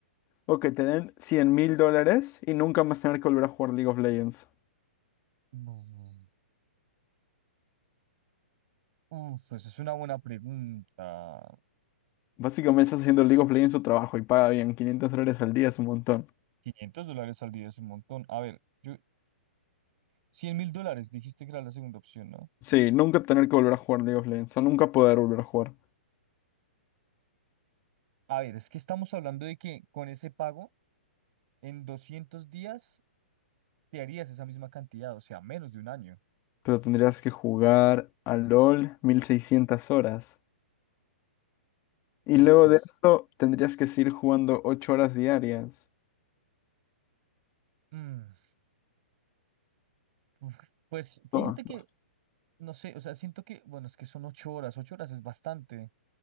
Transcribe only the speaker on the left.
¿O que te den cien mil dólares y nunca más tener que volver a jugar League of Legends?
Básicamente estás haciendo League of Legends su trabajo y paga bien. quinientos dólares al día es un montón.
Sí, nunca tener que volver a jugar League of Legends. O nunca poder volver a jugar.
Pero tendrías que jugar a LOL 1600 horas.
Y luego
de eso tendrías que seguir jugando ocho horas diarias.
Todos
los-